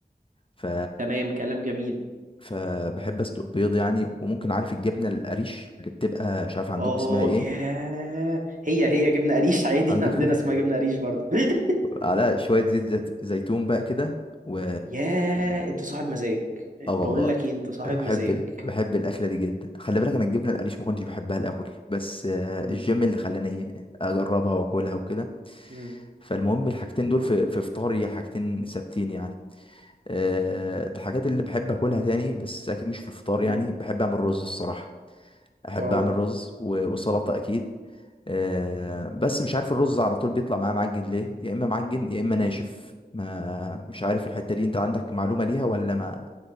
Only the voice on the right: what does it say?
تمام كلام جميل
اه
ياه هي هي جبنه قريش عادي
<laughs> عندنا
اسمها جبنه قريش برضه <laughs>
ياه انت صاحب مزاج
بقول لك ايه انت صاحب
مزاج
مم.
مم.
مم.
اه
مم.